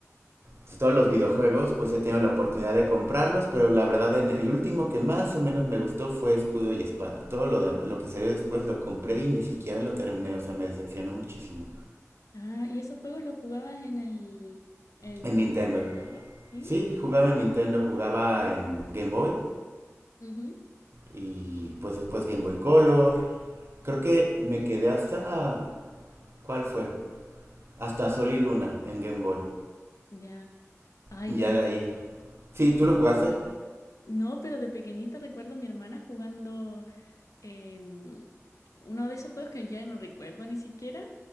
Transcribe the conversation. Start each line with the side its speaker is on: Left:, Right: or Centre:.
Right: Pues, todos los
Left: ya.
Right: videojuegos pues he tenido la oportunidad de comprarlos, pero la verdad en- el último que más o menos me gustó fue Escudo y Espada. Todo lo, de- lo que salió después lo compré y ni siquiera lo terminé, o sea, me decepcionó muchísimo.
Left: Ah, ¿y esos juegos los jugabas en el en
Right: En Nintendo.
Left: la Nintendo? Sí.
Right: Sí, jugaba en Nintendo, jugaba en Game Boy
Left: ujú,
Right: y pues después Game Boy Color. Creo que me quedé hasta... ¿Cuál fue? Hasta Sol y Luna en Game Boy.
Left: Ya. Ay,
Right: Y
Left: yo
Right: ya
Left: recuerdo
Right: de ahí Sí,
Left: de
Right: ¿tú lo jugaste?
Left: No, pero de pequeñita recuerdo a mi hermana jugando em, uno de esos juegos que ya no recuerdo ni siquiera.